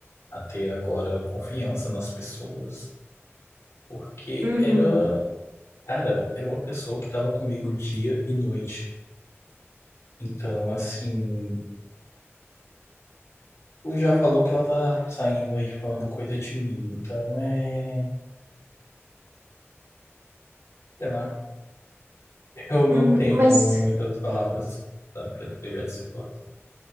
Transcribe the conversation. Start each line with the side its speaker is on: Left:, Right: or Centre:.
Left: A ter agora confiança nas pessoas. Porque
Right: Uhum.
Left: era... Cara, era uma pessoa que tava comigo dia e noite. Então, assim... Tu já falou que ela tá saindo aí falando coisa de mim, então é. Sei lá, eu
Right: Uhum.
Left: não tenho
Right: Mas,
Left: muitas palavras, sabe, pra descrever a situação.